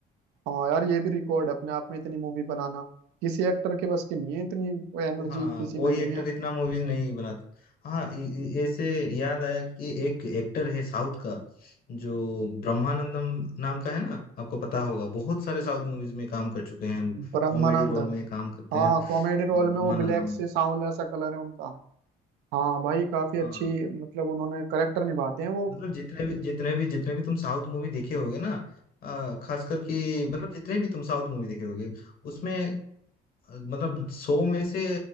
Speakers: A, on the right; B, on the left.
A: हाँ यार ये भी रिकॉर्ड है अपने आप में इतनी मूवी बनाना किसी एक्टर के बस की नहीं है इतनी एनर्जी
B: हाँ
A: किसी
B: कोई
A: में नहीं
B: एक्टर
A: है
B: इतना मूवीज नहीं बनाता हाँ इ- इ- ऐसे याद आया कि एक एक्टर है साउथ का जो ब्रह्मानंदम नाम का है ना आपको पता होगा बहुत सारे साउथ मूवीज में काम कर चुके हैं
A: ब्रह्मानंद
B: कॉमेडी रोल में काम करते
A: हाँ
B: हैं
A: कॉमेडी
B: हाँ,
A: रोल
B: ब्रह्मानंदम
A: में वो ब्लैक से सांवला सा कलर है उनका हाँ भाई काफी
B: हाँ
A: अच्छी मतलब उन्होंने करेक्टर निभाते हैं वो
B: मतलब जितने भी जितने भी जितने भी तुम साउथ मूवी देखे होगे ना आ, खास करके मतलब जितने भी तुम साउथ मूवी देखे होगे उसमें अ, मतलब सौ में से